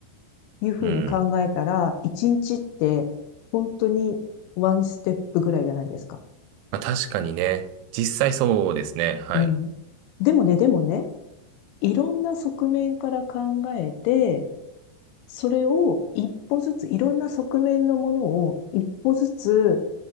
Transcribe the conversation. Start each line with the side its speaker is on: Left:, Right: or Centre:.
Left: いうふうに考えたら、
Right: うん。
Left: 一日って本当にワンステップぐらいじゃないですか。
Right: まあ、確かにね、実際そうですね。はい。
Left: うん。でもね、でもね、いろんな側面から考えて、それを一歩ずつ、いろんな側面のものを一歩ずつ、